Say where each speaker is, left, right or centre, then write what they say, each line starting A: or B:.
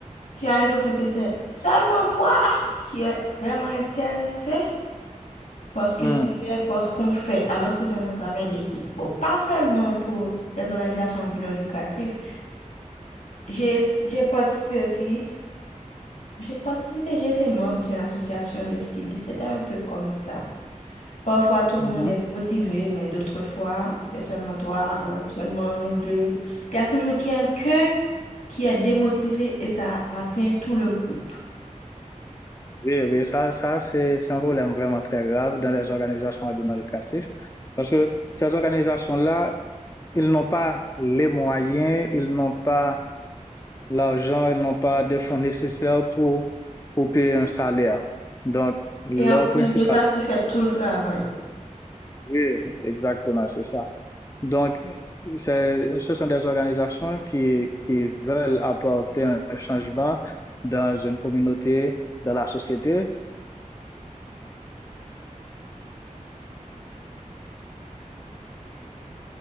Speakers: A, on the left; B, on the left.
A: tu as l'impression que c'est seulement toi qui es vraiment intéressé par ce que
B: Mmh.
A: tu fais, par ce qu'on fait, alors que c'est un travail d'équipe. Bon, pas seulement pour les organisations à but non lucratif. J'ai, j'ai participé aussi, j'ai participé, j'ai été membre d'une association de stylistes. C'était un peu comme ça. Parfois, tout le
B: Mmh.
A: monde est motivé, mais d'autres fois, c'est seulement toi ou seulement nous deux. Il y a toujours quelqu'un qui est démotivé et ça atteint tout le groupe.
B: Oui, oui, ça, ça c'est c'est un problème vraiment très grave dans les organisations à but non lucratif parce que ces organisations-là, ils n'ont pas les moyens, ils n'ont pas l'argent, ils n'ont pas des fonds nécessaires pour, pour payer un salaire. Donc, leur
A: Et en plus
B: principal...
A: de ça, tu fais tout le travail.
B: Oui, exactement, c'est ça. Donc, c'est- ce sont des organisations qui, qui veulent apporter un changement dans une communauté, dans la société.